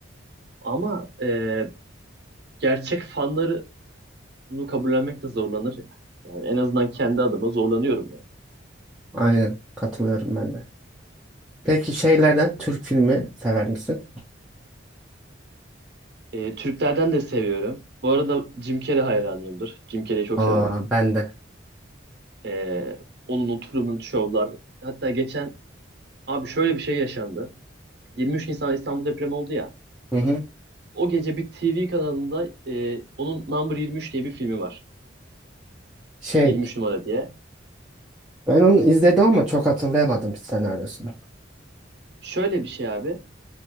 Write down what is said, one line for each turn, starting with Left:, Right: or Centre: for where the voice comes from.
Right: Ama eee, gerçek fanları bunu kabullenmek de zorlanır ya. Yani en azından kendi adıma zorlanıyorum yani.
Centre: Aynen. Katılıyorum ben de. Peki şeylerden Türk filmi sever misin?
Right: Ee, Türklerden de seviyorum. Bu arada Jim Carrey hayranıyımdır. Jim Carrey'i çok
Centre: Aa
Right: severim.
Centre: ben de.
Right: Ee, onun oturumun şovlar. Hatta geçen abi şöyle bir şey yaşandı. 23 Nisan İstanbul depremi oldu ya.
Centre: Hı hı.
Right: O gece bir TV kanalında e, onun Number 23 diye bir filmi var.
Centre: Şey
Right: 23 numara diye.
Centre: ben onu izledim ama çok hatırlayamadım senaryosunu.
Right: Şöyle bir şey abi.